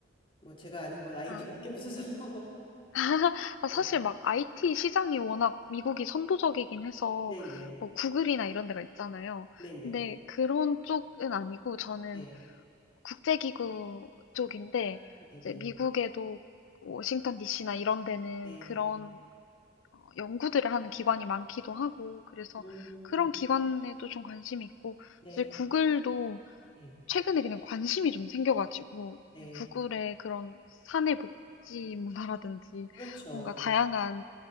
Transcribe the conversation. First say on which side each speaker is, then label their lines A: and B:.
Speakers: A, on the left; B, on the left.
A: 뭐, 제가 아는 건 IT밖에
B: 아.
A: 없어서 뭐. <laughs>
B: <laughs> 아
A: 네,
B: 사실 막 IT 시장이 워낙 미국이 선도적이긴 해서
A: 네네,
B: 뭐 구글이나 이런 데가 있잖아요.
A: 네네,
B: 근데 그런 쪽은 아니고 저는
A: 네.
B: 국제기구 쪽인데
A: 아, 네네,
B: 이제 미국에도 워싱턴 DC나 이런 데는
A: 네.
B: 그런 어, 연구들을 하는 기관이 많기도 하고 그래서
A: 음,
B: 그런 기관에도 좀 관심이 있고
A: 네,
B: 사실 구글도
A: 네,
B: 최근에 그냥 관심이 좀 생겨가지고
A: 네.
B: 그냥 구글의 그런 사내 복지 문화라든지
A: 그렇죠.
B: 뭔가 다양한